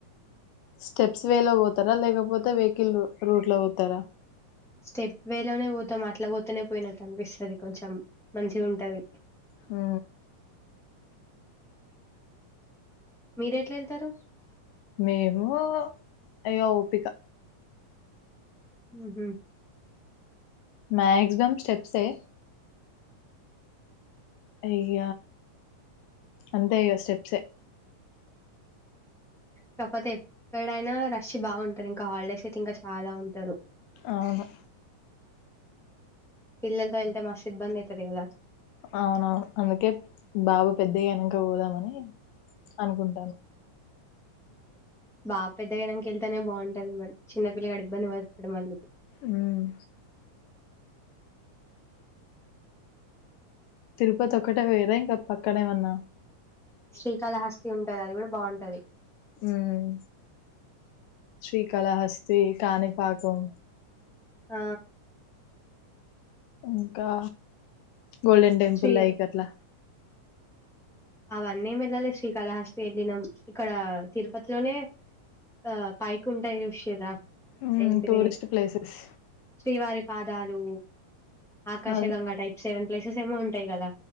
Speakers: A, on the left; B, in the centre.
A: స్టెప్స్ వేలో ఓ తారా లేకపోతే వెహికల్ రూ రూట్ లో ఓతారా
B: స్టెప్ వే లోనే పోతాం అట్లా పోతనే పోయినట్టు అనిపిస్తది కొంచెం మంచిగా ఉంటది
A: ఆ
B: మీరెట్లా వెళ్తారు
A: మేము అయ్యో ఓపిక
B: ఉహు
A: మాక్సిమమ్ స్టెప్స్ ఏ ఇగ అంతే ఇగ స్టెప్సే
B: కాకపోతే ఎప్పుడైనా రష్ బాగుంటాది ఇంకా హాలిడేస్ అయితే ఇంకా చాలా ఉంటారు
A: అవును
B: పిల్లల్తో వెళ్తే మస్త్ ఇబంది అయితది గాదా
A: అవునవును అందుకే బాబు పెద్ద అయినాక పోదామని అనుకుంటానం
B: <inaudible> బాబు పెద్దగైనాన్ క వెళ్తానే బాగుంటది మరీ చిన్నపిల్లగాడు ఇబ్బంది పతాడు మళ్ళీ
A: హుమ్మ్ తిరుపతి ఒక్కటే పాయింరా ఇంకా పక్కనేమన్నా
B: శ్రీకాళహస్తి ఉంటది అది కూడా బాగుంటది
A: హ్మ్ శ్రీకాళహస్తి కాణిపాకం
B: ఆ
A: ఇంకా గోల్డెన్ టెంపుల్
B: శ్రీ
A: లైక్ అట్లా
B: అవన్నీ వెళ్ళాలే శ్రీకాళాహస్తి వెళ్ళినాం ఇక్కడ తిరుపతిలోనే ఆ పైకుంటాయ్ చూశిరా
A: ఉమ్
B: ఏంటి
A: టూరిస్ట్
B: ది
A: ప్లేసెస్
B: శ్రీవారి పా పాదాలు ఆకాశగంగా
A: కాదు
B: టైప్ సెవెన్ ప్లేసెస్ ఏమో ఉంటాయి కదా